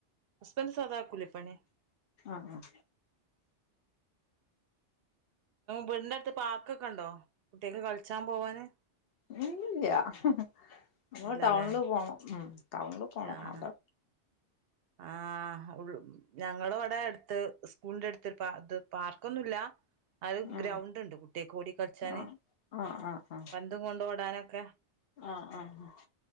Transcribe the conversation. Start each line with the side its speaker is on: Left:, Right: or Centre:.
Right: ഹസ്ബൻഡ് സാദാ കൂലിപ്പണി
Left: ആഹ് ആഹ്
Right: വീടിന്റെ അടുത്ത് പാർക്കൊക്കെ ഉണ്ടോ കുട്ടികക്ക് കളിച്ചാൻ പോവാന്
Left: <unintelligible> ഇല്ല്യ <unintelligible>
Right: ഇല്ലല്ലേ
Left: ടൗണില് പോണം ഉം ടൗണില് പോണം
Right: ആഹ്
Left: അതാ.
Right: ആഹ് ഉള്ളൂ ഞങ്ങള് അവിടെ അടുത്ത് സ്കൂളിന്റെ അടുത്ത് ഇത് പാർക്കൊന്നുല്ലാ അത് ഗ്രൗണ്ട്
Left: ഉം
Right: ഉണ്ട് കുട്ടികക്ക് ഓടി കളിച്ചാന്
Left: ആഹ് ആഹ് ആഹ്
Right: പന്തും കൊണ്ട് ഓടാനൊ ക്കെ
Left: ആഹ് ആഹ്